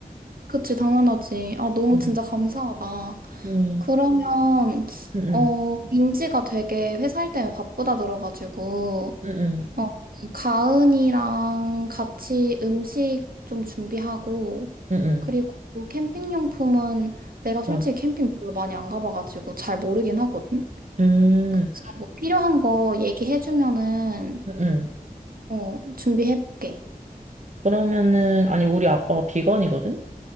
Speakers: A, on the right; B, on the right.
A: 그치, 당연하지. 아, 너무
B: 음,
A: 진짜 감사하다.
B: 음,
A: 그러면,
B: 음,
A: 어, 민지가 되게 회사일 때문에 바쁘다 들어가지고,
B: 음, 음,
A: 어, 가은이랑 같이 음식 좀 준비하고,
B: 음, 음,
A: 그리고 캠핑용품은 내가
B: 맞.
A: 솔직히 캠핑 별로 많이 안 가봐가지고 잘 모르긴 하거든?
B: 음,
A: 그래서
B: 음,
A: 뭐 필요한 거 얘기해주면은,
B: 음. 음, 음.
A: 어, 준비해볼게.
B: 그러면은, 아니, 우리 아빠가 비건이거든?